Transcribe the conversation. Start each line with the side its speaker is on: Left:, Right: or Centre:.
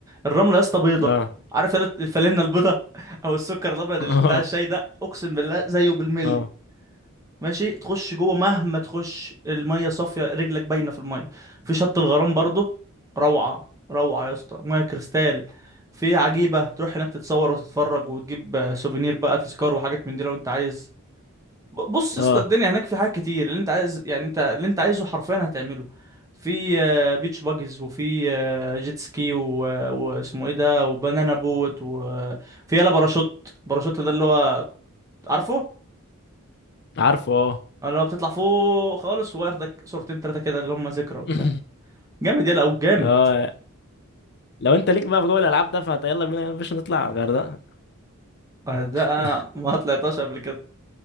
Right: الرملة يا اسطى بيضة
Left: اه
Right: عارف الفلينة البيضة <laughs> او السكر الابيض
Left: اه
Right: اللي بتاع الشاي ده اقسم بالله زيه بالملي
Left: اه
Right: ماشي تخش جوه مهما تخش الميه صافيه رجلك باينه في الميه في شط الغرام برضه روعه روعه يا اسطى ميه كريستال في عجيبه تروح هناك تتصور وتتفرج وتجيب آه، سوفينير بقى تذكار وحاجات من دي لو انت عايز ب- بص يا
Left: اه
Right: اسطى الدنيا هناك في حاجات كتير اللي انت عايز يعني انت اللي انت عايزه حرفيا هتعمله في آه، بيتش باجز وفي آه، جيت سكي و- آه، واسمه ايه ده وبنانا بوت وفي يلا باراشوت باراشوت ده اللي هو عارفه
Left: عارفه اه
Right: أنا لو بتطلع فوق خالص وياخدك صورتين تلاتة كده اللي هم ذكرى وبتاع
Left: <laughs>
Right: جامد يلا أو جامد
Left: اه لو انت ليك بقى في جوه الالعاب ده فيلا بينا يا باشا نطلع على الغردقه
Right: آه، ده أنا
Left: <laughs>
Right: ما طلعتهاش قبل كده